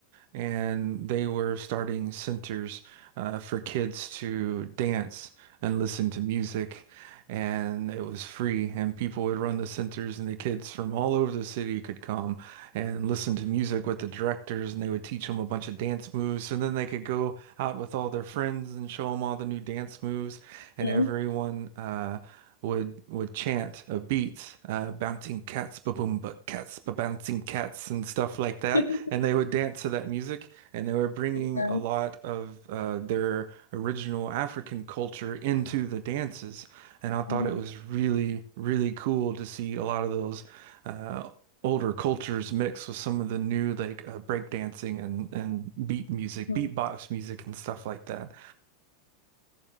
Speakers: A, on the right (about 50°); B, on the left (about 75°).
A: and they were starting centers uh, for kids to dance and listen to music, and it was free. And people would run the centers, and the kids from all over the city could come and listen to music with the directors, and they would teach them a bunch of dance moves. And then they could go out with all their friends and show them all the new dance moves, and
B: Mm.
A: everyone uh, would would chant a beat, uh, bouncing cats, ba-boomba cats, ba-bouncing cats, and stuff like that.
B: <laughs>
A: And they would dance to that music, and they were bringing
B: Yeah.
A: a lot of uh, their original African culture into the dances. And I thought
B: Mhm.
A: it was really, really cool to see a lot of those uh, older cultures mixed with some of the new like uh, break dancing and and beat music,
B: Mhm.
A: beatbox music, and stuff like that.